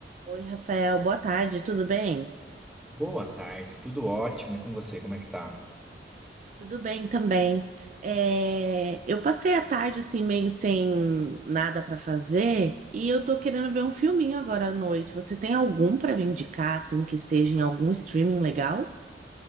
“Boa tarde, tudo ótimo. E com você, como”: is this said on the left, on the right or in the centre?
Centre